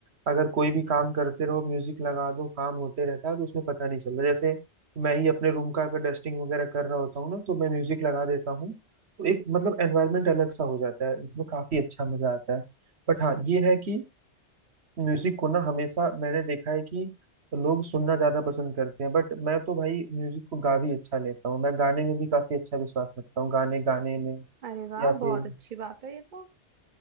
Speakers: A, on the right; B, on the right.
A: अगर कोई भी काम करते रहो म्यूजिक लगा दो काम होते रहता है तो उसमें पता नहीं चलता जैसे मैं ही अपने रूम का अगर डस्टिंग वगैरह कर रहा होता हूँ ना तो मैं म्यूजिक लगा देता हूँ तो एक मतलब एनवायरनमेंट अलग सा हो जाता है जिसमें काफी अच्छा मजा आता है बट हाँ ये है कि म्यूजिक को ना हमेशा मैंने देखा है कि लोग सुनना ज्यादा पसंद करते हैं बट मैं तो भाई म्यूजिक को गा भी अच्छा लेता हूँ मैं गाने में भी काफी अच्छा विश्वास रखता हूँ गाने गाने में
B: अरे वाह
A: या फिर
B: बहुत अच्छी बात है ये तो